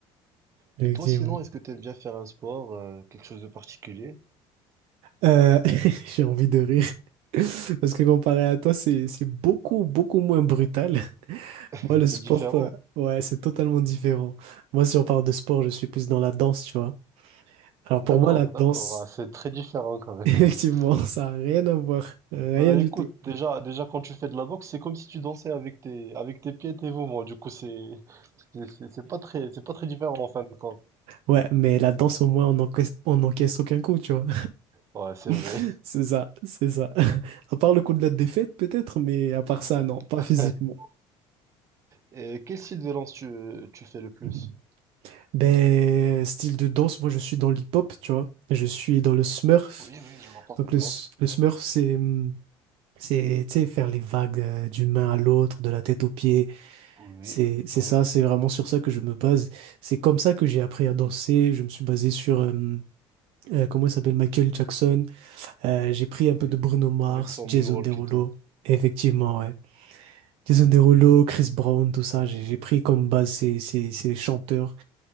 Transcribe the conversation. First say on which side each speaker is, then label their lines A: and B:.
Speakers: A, on the right; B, on the right.
A: Effectivement.
B: Et toi, sinon, est-ce que tu aimes bien faire un sport, euh, quelque chose de particulier?
A: Euh, <laughs> j'ai envie de rire. <laughs> Parce que comparé à toi, c'est, c'est beaucoup, beaucoup moins brutal.
B: <laughs>
A: Moi, le
B: C'est
A: sport,
B: différent.
A: pas- ouais, c'est totalement différent. Moi, si on parle de sport, je suis plus dans la danse, tu vois. Alors
B: D'accord,
A: pour moi, la
B: d'accord,
A: danse,
B: Ah, c'est très différent quand
A: <laughs>
B: même.
A: effectivement,
B: <laughs>
A: ça a rien à voir. Rien
B: Bah
A: du
B: écoute,
A: tout.
B: déjà, déjà quand tu fais de la boxe, c'est comme si tu dansais avec tes, avec tes pieds et tes mouvements. Du coup, c'est, c'est c'est c'est pas très, c'est pas très différent en fin de compte.
A: Ouais, mais la danse, au moins, on encaisse, on n'encaisse aucun coup, tu vois.
B: Ouais, c'est vrai.
A: <laughs> C'est ça, c'est ça. <laughs> À part le coup de la défaite, peut-être, mais à part ça, non, pas
B: <laughs>
A: physiquement.
B: Et quel style de danse tu, tu fais le plus?
A: <laughs> Ben, style de danse, moi, je suis dans l'hip-hop, tu vois. Je suis dans le smurf.
B: Oui, oui, je vois Parfaitement.
A: Donc, le, s- le smurf, c'est, hum, c'est, tu sais, faire les vagues euh, d'une main à l'autre, de la tête aux pieds.
B: Oui,
A: C'est, c'est
B: oui,
A: ça, c'est vraiment sur ça que je me base. C'est comme ça que j'ai appris à danser. Je me suis basé sur, euh, euh, comment il s'appelle, Michael Jackson. Euh, j'ai pris un peu
B: oui.
A: de Bruno Mars,
B: Avec son moonwalk
A: Jason Derulo.
B: et tout.
A: Effectivement, ouais. Jason Derulo, Chris Brown, tout ça, j'ai j'ai pris comme base ces, ces, ces chanteurs.